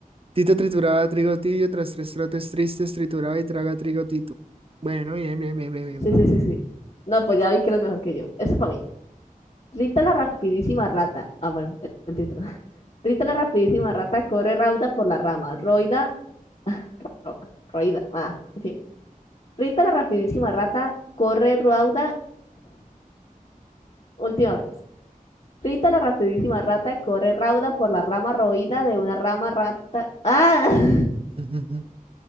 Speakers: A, on the right; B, on the left.
A: Tito trituraba trigo tibio, tras tres trotes tristes trituraba y traga trigo Tito. Bueno, bien, bien, bien, bien, bien.
B: Sí, sí, sí, sí. No, pues ya vi que eres mejor que yo. Eso para mí. Rita la rapidísima rata. Ah, bueno, el título. <laughs> Rita la rapidísima rata corre rauda por la rama. Roida. <laughs> ro- Roida. Ah, en fin. Rita la rapidísima rata corre rauda. Última vez. Rita la rapidísima rata corre rauda por la rama roída de una rama rata. ¡Ah! <laughs>
A: <laughs> Ujú, ujú.